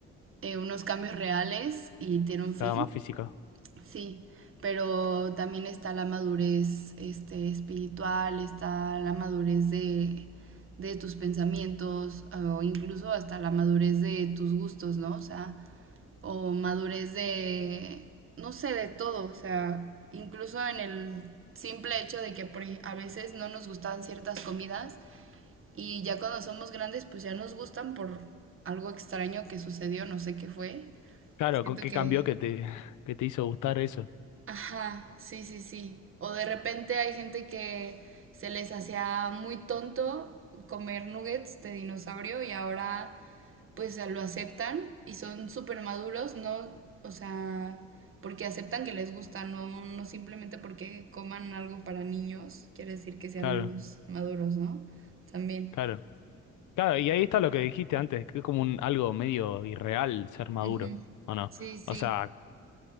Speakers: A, on the right; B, on the left.
A: eh, unos cambios reales y tiene un fin.
B: claro, más físico.
A: Sí, pero también está la madurez este, espiritual, está la madurez de, de tus pensamientos, o incluso hasta la madurez de tus gustos, ¿no? O sea, o madurez de, no sé, de todo, o sea, incluso en el simple hecho de que por ej- a veces no nos gustaban ciertas comidas y ya cuando somos grandes pues ya nos gustan por algo extraño que sucedió, no sé qué fue.
B: Claro,
A: Siento
B: ¿con qué
A: que
B: cambió que te, <laughs> que te hizo gustar eso?
A: Ajá, sí, sí, sí. O de repente hay gente que se les hacía muy tonto comer nuggets de dinosaurio y ahora pues lo aceptan y son súper maduros, no, o sea, porque aceptan que les gusta, no, no simplemente porque coman algo para niños, quiere decir que sean
B: Claro,
A: menos maduros, ¿no? También.
B: claro. Claro, y ahí está lo que dijiste antes, que es como un algo medio irreal ser maduro,
A: Ujú.
B: ¿o no?
A: Sí, sí.
B: O sea,